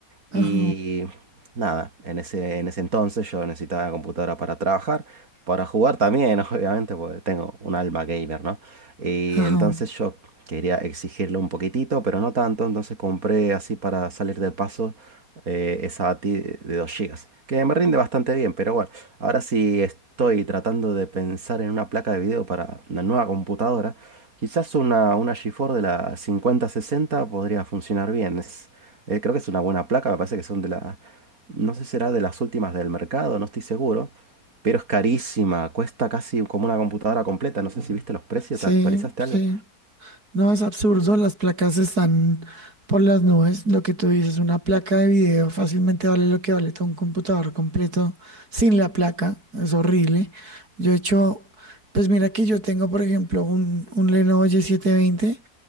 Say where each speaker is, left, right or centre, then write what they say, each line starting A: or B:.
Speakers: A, on the right; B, on the right.
A: Ajá,
B: Y nada, en ese, en ese entonces yo necesitaba computadora para trabajar. Para jugar también, <laughs> obviamente, porque tengo un alma gamer, ¿no? Y
A: ajá.
B: entonces yo quería exigirle un poquitito, pero no tanto, entonces compré así para salir del paso eh, esa ATI de 2 gigas que me rinde bastante bien, pero bueno, ahora sí estoy tratando de pensar en una placa de video para una nueva computadora. Quizás una, una GeForce de la 5060 podría funcionar bien. Es, eh, creo que es una buena placa, me parece que son de la... No sé si será de las últimas del mercado, no estoy seguro pero es carísima, cuesta casi como una computadora completa. No sé si viste los precios,
A: Sí,
B: ¿te actualizaste algo?
A: sí. No, es absurdo, las placas están por las nubes. Lo que tú dices, una placa de video fácilmente vale lo que vale todo un computador completo sin la placa. Es horrible. Yo he hecho, pues mira que yo tengo, por ejemplo, un, un Lenovo y setecientos veinte